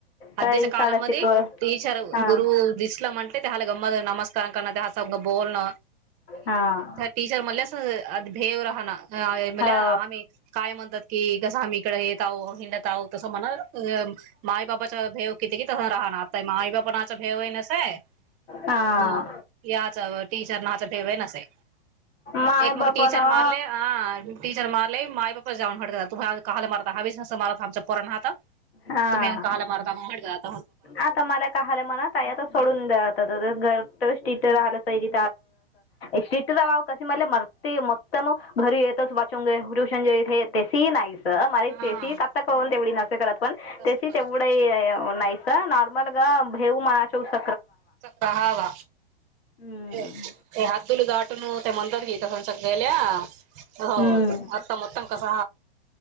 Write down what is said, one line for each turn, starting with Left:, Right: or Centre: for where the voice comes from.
Left: काही
Right: अध्यक्ष कलम
Left: साडा
Right: मध्ये
Left: शिकवत
Right: टीचर्
Left: हां
Right: गुर दिसलंमटे ते ह्हाला गम नमस्कार कर ते इंग बोलण
Left: हां
Right: टीच मले अस अ भेव रहणा म्हला
Left: हो
Right: आम्ही काय म्हणतात की कसं आम्ही इकड येत आहो हिंडत आह तसं म्हणा माय बाबाच्या भेव किती किती क त राह माई बापणाचा भेवई नसय
Left: हां
Right: ह याचवर टीचर नाच ठेवे न अस एक
Left: माय
Right: मुग
Left: बापानं
Right: टीचर मारले ी टीचर मारले म मा बापपा जाऊनड तूहाला मारता हा मारत आम कोरणहता
Left: हां
Right: तुम्ही काला म
Left: आता मला कालं मणा काय आता सोडून द्या आ घर स्ट्रीट राला सरी स्ट्रीटव कस म्ह मरते मत मग घरी येत त वाचवंगे रुशन जे इथे ते सी लाईस मला
Right: हा
Left: तेस कत्ता कान तेवढी नसे करत पण
Right: तसं
Left: तेस
Right: करा
Left: तेवढा नाही नारमल ग भेऊ मना चौस
Right: का हवा
Left: हम्म.
Right: ते हदुल गाटून ते म्हणतात घ गेल्या हो
Left: हम्म
Right: आत्ता मतां कस